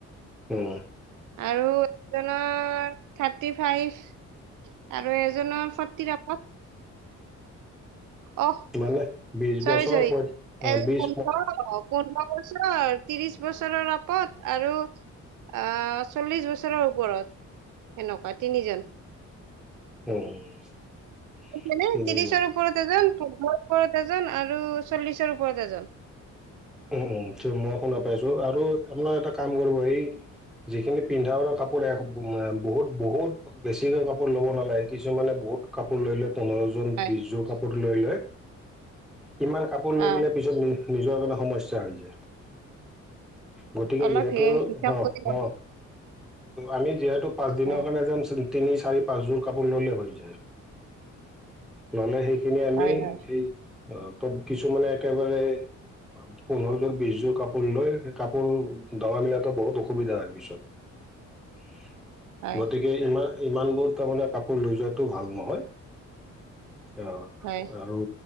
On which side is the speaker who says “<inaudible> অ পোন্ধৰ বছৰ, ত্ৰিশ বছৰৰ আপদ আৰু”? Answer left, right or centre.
Right